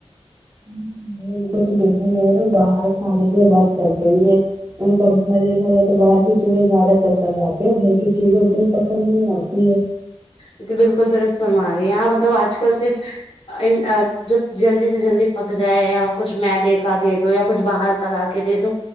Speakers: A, on the right; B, on the left.
A: ان کو تو دیکھا جائے گا باہر کھانے کی لت لگ گئی ہے <unintelligible> ان کا گھر دیکھا جاتا <unintelligible> تو باہر کی چیزیں زیادہ پسند آتی ہے گھر کی چیزیں اتنی پسند نہیں آتی ہے
B: یہ تو بالکل درست فرما رہی ہیں آپ مطلب آج کل صرف جو جلدی سے جلدی پک جائے یا کچھ میدے کا دے دو یا کچھ باہر کا لا کے دے دو